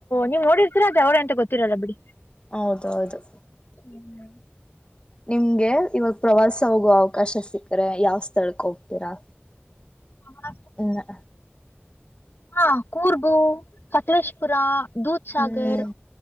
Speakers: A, on the left (about 60°); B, on the left (about 25°).
A: ನೀವು್ ನೋಡಿರ್ತ್ರ ಅದ ಅವ್ರೇ ಅಂತ ಗೊತ್ತಿರೋಲ್ಲ ಬಿಡಿ
B: ಹೌದೌದು
A: ಇಲ್ಲಾ...
B: ನಿಮ್ಗೆ ಇವಾಗ ಪ್ರವಾಸ ಹೋಗುವ ಅವಕಾಶ ಸಿಕ್ಕ್ರೆ ಯಾವ್ ಸ್ಥಳಕ್ ಹೋಗ್ತೀರಾ
A: ಹ
B: ಇಲ್ಲಾ.. ಹ...
A: ಹಾ ಕೂರ್ಗು ಸಕಲೇಶ್ಪುರಾ.. ದೂದ್ ಸಾಗರ್
B: ಹ್ಮ್